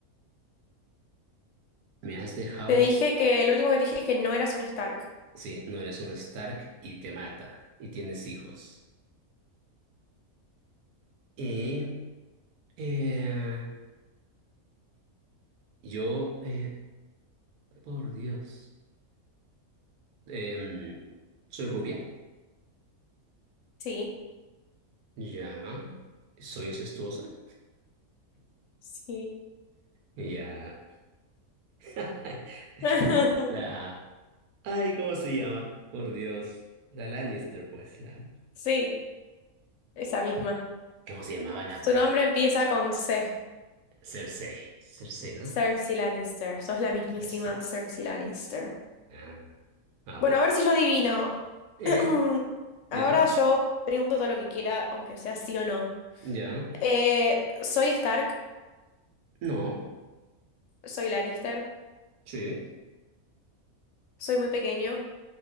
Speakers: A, on the right; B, on the left.
A: Me has dejado.
B: Te dije que el último que te dije es que no eras un Stark.
A: Sí, no eres un Stark y te mata. Y tienes hijos. Y. eh, yo. eh, por Dios. Em, soy rubia.
B: Sí,
A: Ya. Soy incestuosa.
B: sí.
A: Ya. <laughs>
B: <laughs>
A: La... Ay, ¿cómo se llama? Por Dios. La Lannister, pues. La...
B: Sí, esa misma.
A: ¿Cómo se llamaba la,
B: Su
A: la...
B: nombre empieza con C.
A: Cersei? Cersei, ¿no?
B: Cersei Lannister. Sos la mismísima
A: Cersei.
B: Cersei Lannister.
A: Ah, ah,
B: Bueno,
A: pues.
B: a ver si yo adivino.
A: ¿Eh?
B: <clears throat> Ahora
A: ¿Ya?
B: yo pregunto todo lo que quiera, aunque sea sí o no.
A: ¿Ya?
B: Eh, soy Stark,
A: No.
B: soy Lannister,
A: Sí.
B: soy muy pequeño,